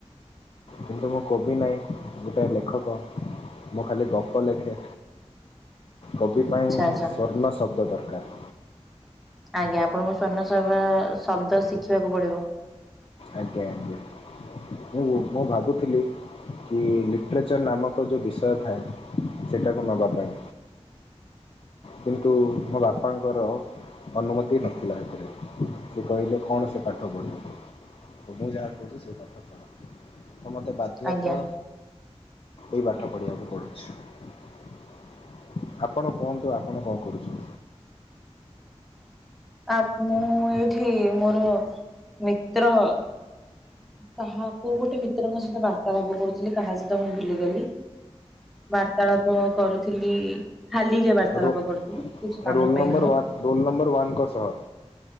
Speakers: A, on the left; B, in the centre.
A: କିନ୍ତୁ ମୁଁ କୋବି ନାଇଁ ଗୋଟେ ଲେଖକ ମୁଁ ଖାଲି ଗପ ଲେଖେ। କବି ପାଇଁ
B: ଆଚ୍ଛା
A: ସ୍ଵର୍ଣ୍ଣ ଶବ୍ଦ ଦର୍କାର୍।
B: ଆଜ୍ଞା ଆପଣଙ୍କୁ ସ୍ଵର୍ଣ୍ଣ ସବ ଶବ୍ଦ ଶିଖିବାକୁ ପଡିବ।
A: ଆଜ୍ଞା ଆଜ୍ଞା ମୁଁ ମୁଁ ଭାବୁଥିଲି। କି ଲିଟ୍ରେଚର୍ ନାମକ ଯେଉଁ ବିଷୟ ଥାଏ ସେଟାକୁ ନବା ପାଇଁ। କିନ୍ତୁ ମୋ ବାପାଙ୍କର ଅନୁମତି ନଥିଲା ହେଥିରେ ସେ କହିଲେ କଣ ସେ ପାଠ ପଢିବୁ। ମୁଁ ଯାହା କହୁଛି ସେଇ କଥା ଶୁଣ ତ ମତେ ବାଧ୍ୟ
B: ଆଜ୍ଞା
A: ତ ଏଇ ପାଠ ପଢ଼ିବାକୁ ପଡ଼ୁଛି। ଆପଣ କୁହନ୍ତୁ ଆପଣ କଣ କରୁଛନ୍ତି।
B: ଆ ମୁଁ ଏଇଠି ମୋର ମିତ୍ର କାହା କୋଉ ଗୋଟେ ମିତ୍ରଙ୍କ ସହିତ ବାର୍ତ୍ତାଳାପ କରୁଥିଲି କାହା ସହିତ ମୁଁ ଭୁଲିଗଲି। ବାର୍ତ୍ତାଳାପ କରୁଥିଲି। ଖାଲି ରେ ବାର୍ତ୍ତାଳାପ
A: ରୋ
B: କରୁଥିଲି କିଛି କାମ
A: ରୋଲ୍
B: ପାଇଁ
A: ନମ୍ବର
B: ନୁହଁ।
A: ୱାନ୍ ରୋଲ୍ ନମ୍ବର ୱାନ୍ଙ୍କ ସହ